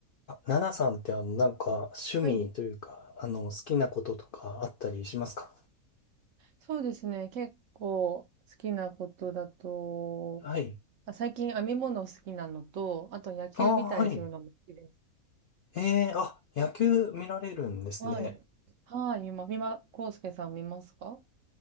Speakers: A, on the left (about 75°); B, on the right (about 65°).
A: あ、ナナさんってあの、なんか、趣味というか、
B: はい。
A: あの、好きなこととかあったりしますか
B: そうですね。結構好きなことだと、
A: はい。
B: あ最近編み物好きなのと、あと野球みたいにするのも好きです。
A: ああ、はい。えーあ、野球見られるんですね。
B: はい。はい。みま、みま、こうすけさん見ますか